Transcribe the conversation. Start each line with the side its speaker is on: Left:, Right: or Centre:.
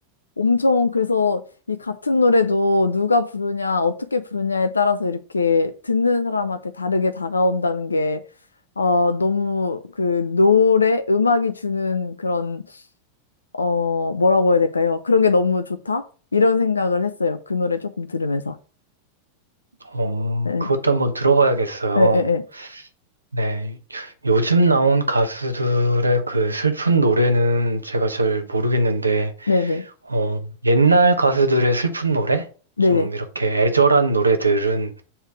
Left: 엄청 그래서 이 같은 노래도 누가 부르냐, 어떻게 부르냐에 따라서 이렇게 듣는 사람한테 다르게 다가온다는 게 어, 너무 그 노래, 음악이 주는 그런, 어, 뭐라고 해야 될까요? 그런 게 너무 좋다? 이런 생각을 했어요. 그 노래 조금 들으면서.
Right: 어,
Left: 예,
Right: 그것도 한번 들어봐야겠어요.
Left: 예, 예, 예.
Right: 네. 요즘 나온 가수들의 그 슬픈 노래는 제가 잘 모르겠는데,
Left: 네네.
Right: 어, 옛날 가수들의 슬픈 노래?
Left: 네네.
Right: 좀 이렇게 애절한 노래들은